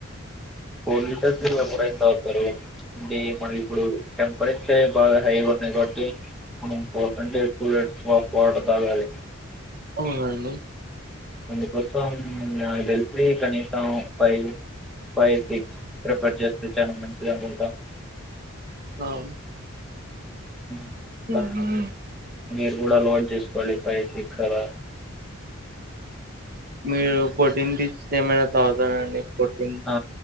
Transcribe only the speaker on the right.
అవునండి.
ఆవు
ఉహుం
మీరు ఫోర్టీన్ డిట్స్ ఏమైనా తాగుతారండి. ప్రోటీన్